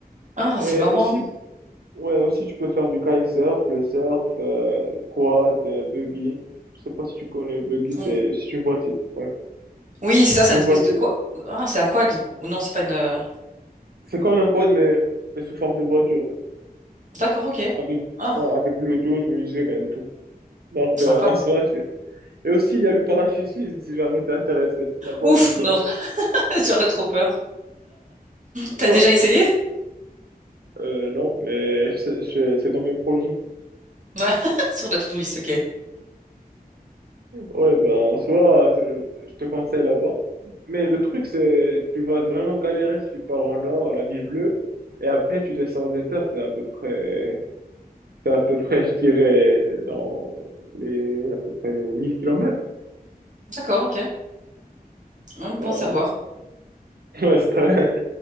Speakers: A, on the right; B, on the right.
A: Ah,
B: ouais.
A: c'est marrant.
B: Et aussi, Ouais, aussi tu peux faire du kitesurf, le surf, euh, quad, euh, buggy. Je sais pas si tu connais buggy, c'est
A: Oh,
B: c'est une voiture. Ouais,
A: Oui, c'est ça,
B: c'est
A: c'est une
B: une
A: espèce
B: voiture.
A: de quoi? Ah, c'est un quad. Ou non, c'est pas une.
B: C'est comme un quad mais, mais sous forme de voiture,
A: D'accord, ok.
B: avec
A: Ah,
B: ouais, avec Bluetooth, musique et tout. Donc
A: sympa.
B: euh, en soi, tu... et aussi il y a le parachutisme si jamais t'es intéressé. Là-bas
A: Ouf,
B: au désert.
A: non, <laughs> j'aurais trop peur. T'as
B: Quoi?
A: déjà essayé?
B: Euh, non, mais je sais- je- c'est dans mes projets.
A: Ouais, <laughs> sur la to-do list, ok.
B: Ouais, ben, en soi, je je te conseille là-bas. Mais le truc, c'est, tu vas vraiment galérer si tu pars au nord, à la ville bleue, et après, tu descends au désert, c'est à peu près, c'est à peu près, je dirais, dans les, à peu près 1000 kilomètres.
A: D'accord, ok. Hum,
B: Ben,
A: Bon à savoir.
B: <laughs> ouais, c'est très-